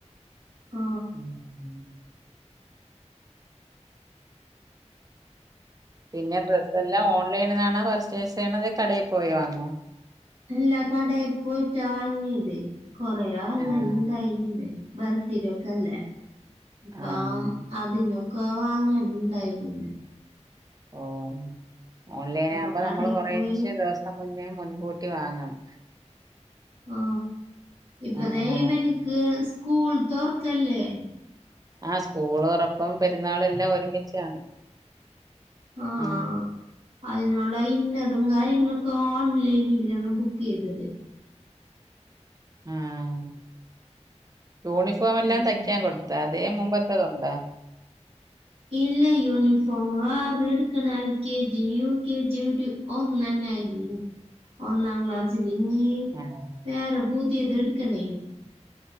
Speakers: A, on the right; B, on the right.
A: ആ.
B: ഉം പിന്നെ ഡ്രസ്സ് എല്ലാം ഓൺലൈനിന്നാണ് ന്നാ പർചെയ്സ് ചെയ്യണത് കടേ പോയി വാങ്ങുമോ?
A: അല്ല കടെ പോയിറ്റാ വാങ്ങിയത്. കൊറയാ അങ്ങ
B: ആഹ്
A: <unintelligible> ബെർത്തിഡയൊക്കെയല്ലേ അപ്പം
B: ആഹ്
A: അതിനൊക്ക് ക്കെ വാങ്ങാൻ ഇണ്ടായിരുന്ന്
B: ഓഹ് ഓൺലൈൻ
A: അപ്പൊ
B: ആകുമ്പോ
A: കടയിൽ
B: നമ്മള് കൊറേച്ച്
A: പോയി
B: ദിവസം മുന്നേ മുൻകൂട്ടി വാങ്ങാണ്.
A: ആ ഇപ്പതെ
B: ആഹ്
A: ഇവനിക്ക് സ്കൂൾ തൊറക്കല്ലേ.
B: ആ സ്കൂള് തൊറപ്പും പെരുന്നാളും എല്ലാം ഒരുമിച്ചാണ്
A: ആ
B: അഹ്
A: അതിനുള്ള ഇന്നറും കാര്യങ്ങളൊക്കെ ഓൺലൈനിലാണ് ബുക്ക് ചെയ്തത്.
B: ആഹ് യൂണിഫോം എല്ലാം
A: ഉം
B: തയ്ക്കാൻ കൊടുത്താ? അതേ മുമ്പത്തതുണ്ടാ?
A: ഇല്ല യൂണിഫോം വേറെ എടുക്കണം, L K G, U K G ഒരു ഒന്നന്നൊയിരുന്നു, ഒന്നാം ക്ലാസ്സി <unintelligible>
B: ആഹ്
A: വേറ പുതിയത് എടുക്കണേ